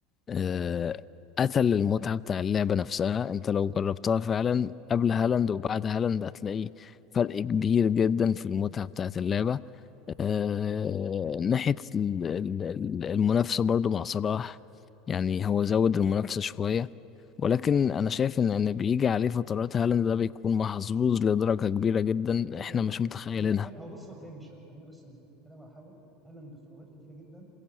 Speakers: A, on the left; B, in the centre.
A: آه، قتل المتعة بتاع اللعبة نفسها انت لو جربتها فعلا قبل هالاند وبعد هالاند هتلاقي فرق كبير جدا في المتعة بتاعت اللعبة آه، ناحية ال- ال- ال- المنافسة برضو مع صلاح يعني هو زود المنافسة شوية ولكن أنا شايف إن إن بيجي عليه فترات هالاند ده بيكون محظوظ لدرجة كبيرة جدا
B: جدا
A: إحنا مش متخيلينها
B: بيبقى فين هو بص هو فينشر خلينا بس نتكلم على حاجه هالاند في اوقات كتيره جدا